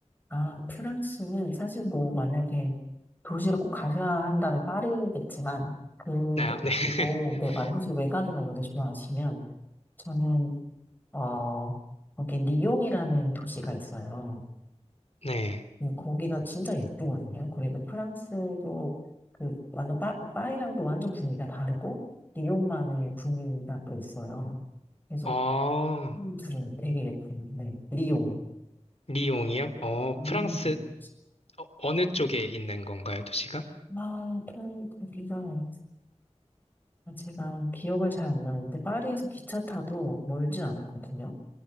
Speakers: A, on the left; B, on the left.
A: 아, 프랑스는 사실 뭐 만약에 도시를 꼭 가셔야 한다면 파리겠지만 그
B: 아, 네. <laughs>
A: 그리고 네, 만약 혹시 외곽이나 이런 데 좋아하시면 저는 어 거기 리옹이라는 도시가 있어요.
B: 네.
A: 네, 거기가 진짜 예쁘거든요. 그리고 프랑스도 그 완전 파, 파리랑도 완전 분위기가 다르고 리옹만의 분위기가 또 있어요. 계속
B: 어,
A: 둘은 되게 예쁜데 리옹.
B: 리옹이요?
A: 음.
B: 어,
A: 음,
B: 프랑스,
A: 음.
B: 어, 어느 쪽에 있는 건가요, 도시가?
A: 아, 펄, 거기가, 아, 제가 기억을 잘 안 나는데, 파리에서 기차 타도 멀진 않았거든요.